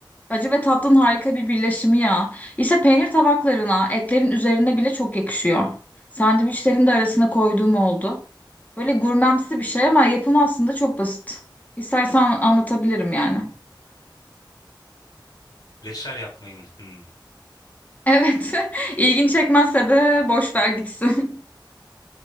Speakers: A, on the left; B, on the left.
A: Acı ve tatlının harika bir birleşimi ya. İşte peynir tabaklarına, etlerin üzerine bile çok yakışıyor. Sandviçlerin de arasına koyduğum oldu. Böyle gurmemsi bir şey ama yapımı aslında çok basit. İstersen anlatabilirim yani.
B: Reçel yapmayı mı? Hmm.
A: Evet. <laughs> ilgin çekmezse de boş ver gitsin.